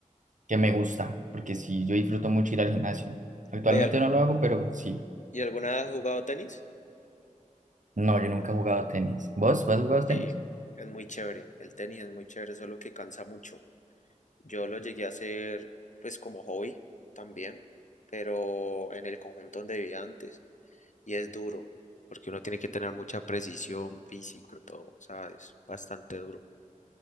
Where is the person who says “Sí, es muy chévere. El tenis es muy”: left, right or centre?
Left